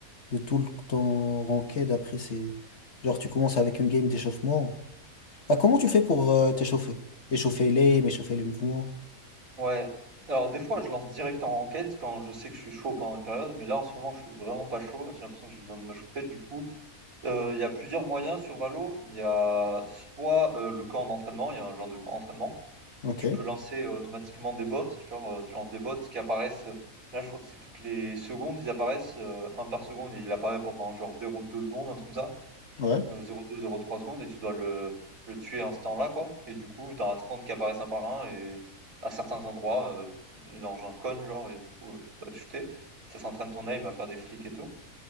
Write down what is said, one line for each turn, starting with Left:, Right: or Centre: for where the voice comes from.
Left: de tout le temps ranked, après, c'est. Genre, tu commences avec une game d'échauffement. Ah, comment tu fais pour euh, t'échauffer? Échauffer l'aim, échauffer les mouvements.
Right: ouais. Alors des fois, je lance direct en ranked quand je sais que je suis chaud pendant une période, mais là en ce moment, je suis vraiment pas chaud. J'ai l'impression que j'ai besoin de me chauffer. Du coup, Heu, il y a plusieurs moyens sur Valo. Il y a soit, heu, le camp d'entraînement, il y a un genre de camp d'entraînement
Left: Ok,
Right: où tu peux lancer, heu, automatiquement des bots, genre, heu, tu lances des bots qui apparaissent, heu, là je crois que c'est toutes les secondes, ils apparaissent, heu, 1 par seconde et il apparaît pendant genre 0,2 secondes, un truc comme ça,
Left: ouais,
Right: heu, 0,2-0,3 secondes et tu dois le le tuer en ce temps-là, quoi et du coup, tu as 30 qui apparaissent un par un et à certains endroits, heu, dans un cône genre et du coup, heu, tu dois le shooter. Ça s'entraîne ton aim à faire des flics et tout